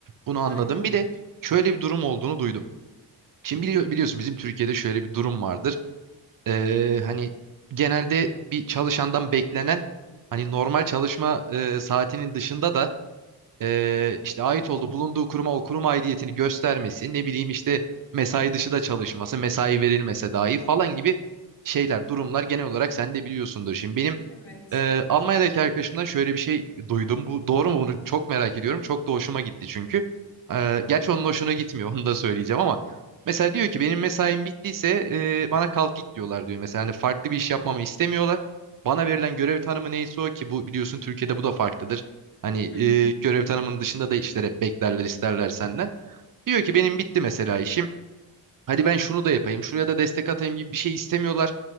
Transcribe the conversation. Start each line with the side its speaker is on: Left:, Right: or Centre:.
Right: Bunu anladım.
Left: Aynen.
Right: Bir de şöyle bir durum olduğunu duydum. Şimdi bili- biliyorsun bizim Türkiye'de şöyle bir durum vardır. E, hani genelde bir çalışandan beklenen hani normal çalışma e, saatinin dışında da e, işte ait olduğu bulunduğu kuruma o kurum aidiyetini göstermesi, ne bileyim işte mesai dışı da çalışması, mesai verilmese dahi falan gibi şeyler, durumlar genel olarak sen de biliyorsundur. Şimdi benim
Left: Evet.
Right: ee, Almanya'daki arkadaşımdan şöyle bir şey duydum. Bu doğru mu? Bunu çok merak ediyorum. Çok da hoşuma gitti çünkü. Ee, gerçi onun hoşuna gitmiyor. <laughs> Onu da söyleyeceğim ama. Mesela diyor ki benim mesaim bittiyse e, bana kalk git diyorlar diyor. Mesela hani farklı bir iş yapmamı istemiyorlar. Bana verilen görev tanımı neyse o ki bu biliyorsun Türkiye'de bu da farklıdır. Hani
Left: Hı hı.
Right: e, görev tanımının dışında da işler hep beklerler isterler senden. Diyor ki benim bitti mesela işim. Hadi ben şunu da yapayım, şuraya da destek atayım gibi bir şey istemiyorlar.